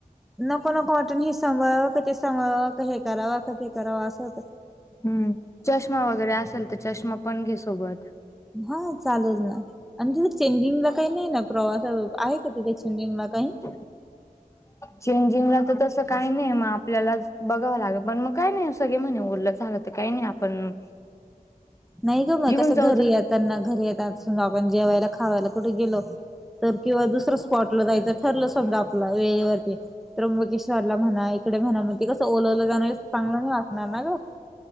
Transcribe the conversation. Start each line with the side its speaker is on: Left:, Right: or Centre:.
Centre: नको ना कॉटन हे सांभाळवं क ते सांभाळवं क हे करावं का ते करावं असं होतं.
Left: हम्म चष्मा वगैरे असेल तर चष्मा पण घे सोबत.
Centre: हा चालेल ना. आणि तिथे चेंजिंगला काही नाही ना प्रवास आहे का तिथे चेंजिंगला काही?
Left: <inaudible> चेंजिंग ला तर तसं काही नाही मग आपल्यालाच बघावं लागे पण मग काय नाही सगळे म्हणे उरलं. झालं तर काही नाही आपण
Centre: नाही का म
Left: घेऊन
Centre: कसं
Left: जाऊ
Centre: घरी
Left: तर
Centre: येतांना घरी <unintelligible> आपण जेवायला खावायला कुठे गेलो तर किंवा दुसरा स्पॉटला जायचं ठरलं समजा आपला वेळेवरती त्र्यंबकेश्वरला म्हणा इकडे म्हणा म ते कसं ओलावलं जाणार चांगलं नाही वाटणार ना गं.